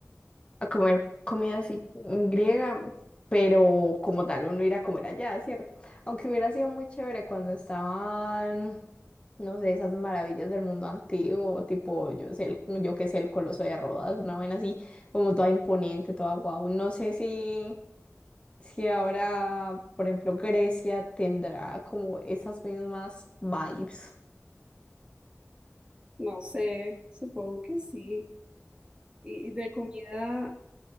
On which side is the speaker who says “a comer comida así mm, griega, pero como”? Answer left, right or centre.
Left